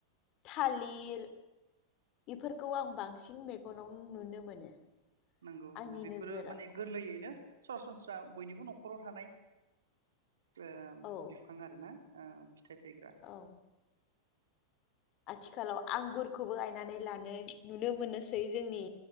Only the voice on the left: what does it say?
थालिर बेफोरखौ आं बांसिन मेगनाव नुनो मोनो।
आंनि
नोजोराव
औ
औ आथिखालाव आंगुरखौबो गायनानै लानो नुनो मोनोसै जोंनि